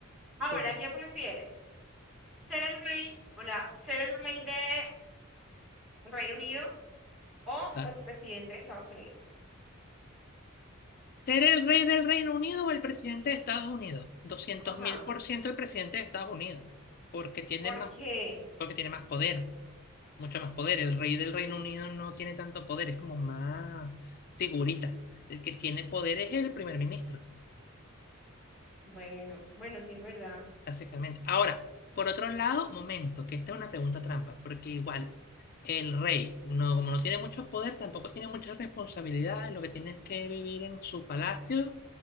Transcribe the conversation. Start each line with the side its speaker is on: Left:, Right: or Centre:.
Centre: Ahora,
Left: Correcto.
Centre: ¿qué prefieres? Ser el rey, hola, ser el rey de el Reino Unido o
Left: Ajá.
Centre: el presidente de Estados Unidos.
Left: ¿Ser el rey del Reino Unido o el presidente de Estados Unidos? doscientos
Centre: Ajá.
Left: mil por ciento el presidente de Estados Unidos, porque tiene
Centre: ¿Por
Left: más,
Centre: qué?
Left: porque tiene más poder. mucho más poder. El rey del Reino Unido no tiene tanto poder, es como más figurita. El que tiene poder es el primer ministro,
Centre: Bueno, bueno, sí es verdad.
Left: básicamente. Ahora, por otro lado, momento, que esta es una pregunta trampa, porque igual el rey, no, como no tiene mucho poder, tampoco tiene muchas responsabilidades, lo que tiene es que vivir en su palacio